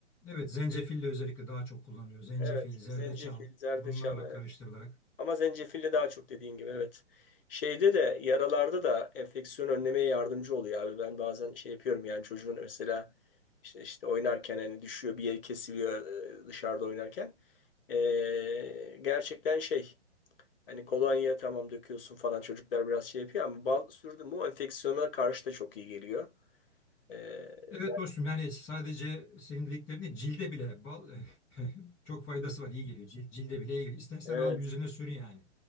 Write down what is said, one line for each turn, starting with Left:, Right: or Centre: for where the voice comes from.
Centre: Evet, zencefil de özellikle daha çok kullanılıyor. Zencefil,
Left: Evet,
Centre: zerdeçal
Left: zencefil, zerdeçal
Centre: bunlarla karıştırılarak.
Left: evet. Ama zencefille daha çok dediğin gibi evet. Şeyde de yaralarda da enfeksiyon önlemeye yardımcı oluyor abi. Ben bazen şey yapıyorum yani çocuğun mesela işte işte oynarken hani düşüyor bir yeri kesiliyor e, dışarıda oynarken. Ee, gerçekten şey hani kolonya tamam döküyorsun falan çocuklar biraz şey yapıyor ama bal sürdün mü o enfeksiyona karşı da çok iyi geliyor. Ee,
Centre: Evet
Left: ben-
Centre: dostum yani sadece senin dediklerini cilde bile bal <laughs> çok faydası var. iyi geliyor. Cil- Cilde bile iyi geliyor. İstersen
Left: evet
Centre: al yüzüne sür yani.